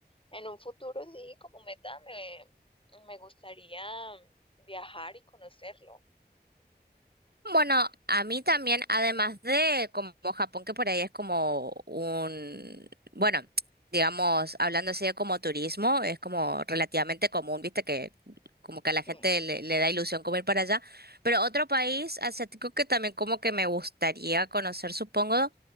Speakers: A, on the left (about 30°); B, on the right (about 65°).
A: en un futuro sí, como meta me, me gustaría viajar y conocerlo.
B: Bueno, a mí también, además de como Japón, que por ahí es como un, bueno, digamos, hablando así de como turismo, es como relativamente común, viste, que como que
A: Sí.
B: a la gente le, le da ilusión como ir para allá. Pero otro país asiático que también como que me gustaría conocer, supongo,